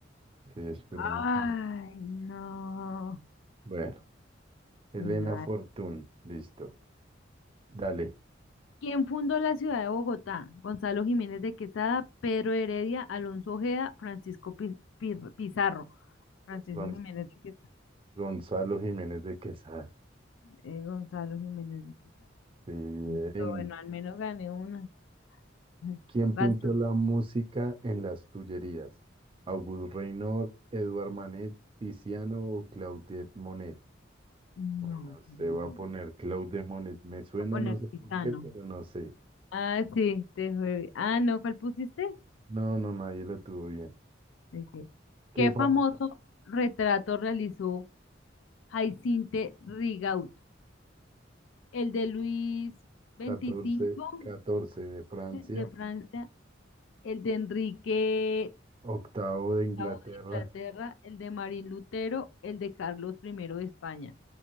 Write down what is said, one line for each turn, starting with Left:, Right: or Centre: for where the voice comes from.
Right: Sí, esperemos.
Left: Ay, no.
Right: Bueno, Elena
Left: Bueno, a
Right: Fortún,
Left: ver.
Right: listo. Dale,
Left: ¿Quién fundó la ciudad de Bogotá? Gonzalo Jiménez de Quesada, Pedro Heredia, Alonso Ojeda, Francisco Piz- Pir- Pizarro. Francisco
Right: Gon-
Left: Jiménez de Quesada.
Right: Gonzalo Jiménez de Quesada.
Left: eh, Gonzalo Jiménez de Quesada.
Right: Sí, bien.
Left: Y yo, bueno, al menos gané una. <laughs>
Right: ¿Quién
Left: Vas
Right: pintó
Left: tú.
Right: la música en las Tullerías? Auguste Renoir, Edouard Manet, Tiziano o Claudette Monet.
Left: No.
Right: Bueno, se
Left: mm, Voy
Right: va a poner Cloud Demonet. Me suena,
Left: a poner
Right: no sé
Left: Tizano.
Right: por qué, pero no sé.
Left: Ah, sí, te fue. Ah, no, ¿cuál pusiste?
Right: No, no, nadie la tuvo bien.
Left: El
Right: ¿Qué
Left: ¿Qué
Right: fama?
Left: famoso retrato realizó Jaicinte Rigaud? ¿El de Luis veinticinco
Right: catorce 14 de Francia,
Left: de Francia? ¿El de Enrique
Right: octavo
Left: octavo
Right: de Inglaterra.
Left: de Inglaterra? ¿El de Marín Lutero? ¿El de Carlos primero de España?